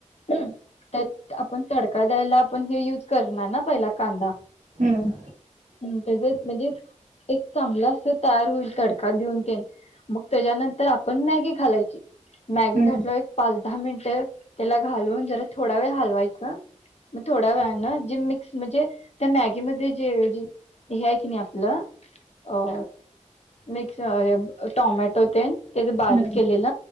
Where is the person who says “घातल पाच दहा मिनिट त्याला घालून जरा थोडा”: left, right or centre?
Left